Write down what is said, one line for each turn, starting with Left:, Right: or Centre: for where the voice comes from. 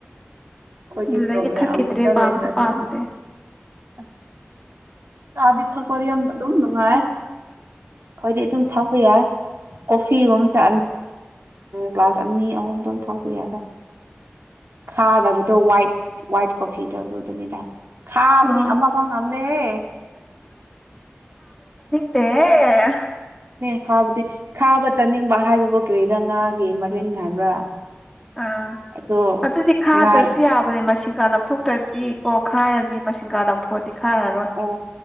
Right: ꯑꯩꯈꯣꯏꯗꯤ
Centre: ꯑꯗꯨꯗꯒꯤ
Right: ꯄ꯭ꯔꯣꯕ꯭ꯂꯦꯝ
Centre: ꯊꯛꯈꯤꯗ꯭ꯔꯦ
Right: ꯑꯇ
Centre: ꯄꯥꯝꯁꯨ
Right: ꯂꯩꯖꯗ꯭ꯔꯦ
Centre: ꯄꯥꯝꯗꯦ
Right: ꯑꯁ ꯆꯥꯗꯤ ꯊꯛꯄꯗꯤ ꯌꯥꯝꯅ ꯑꯗꯨꯝ ꯅꯨꯡꯉꯥꯏ ꯑꯩꯈꯣꯏꯗꯤ ꯑꯗꯨꯝ ꯊꯛꯄ ꯌꯥꯏ ꯀꯣꯐꯤꯒꯨꯝꯕꯁꯦ ꯒ꯭ꯂꯥꯁ ꯑꯅꯤ ꯑꯍꯨꯝꯗꯣꯝ ꯊꯥꯄ ꯌꯥꯗ ꯈꯥꯗꯕꯗꯣ ꯋꯥꯏ ꯋꯥꯏꯠ ꯀꯣꯐꯤꯗꯧꯗ ꯑꯗꯨꯅꯤꯗ ꯈꯥꯕ
Centre: ꯎꯝ
Right: ꯑꯝꯃ ꯄ ꯑꯝꯗ ꯍꯦ
Centre: ꯄꯦ
Right: ꯊꯥꯕꯗꯤ ꯊꯥꯕ ꯆꯥꯅꯤꯡꯕ ꯍꯥꯏꯕꯕꯨ ꯀꯔꯤꯔ ꯉꯥꯒꯤ ꯃꯔꯤꯟ ꯍꯥꯏꯕ꯭ꯔꯥ
Centre: ꯑꯥ
Right: ꯑꯗꯣ
Centre: ꯑꯗꯨꯗꯤ ꯈꯥꯗ꯭ꯔꯁꯨ
Right: ꯉꯥ
Centre: ꯌꯥꯕꯅꯦ ꯃꯁꯤꯡ ꯀꯂ ꯂꯧꯊꯣꯛꯇ꯭ꯔꯗꯤ ꯀꯣ ꯈꯥꯏꯔꯅꯤ ꯃꯁꯤꯡ ꯀꯥ ꯂꯧꯊꯣꯛꯑꯗꯤ ꯈꯥꯔꯔꯣꯏ
Right: ꯑꯣ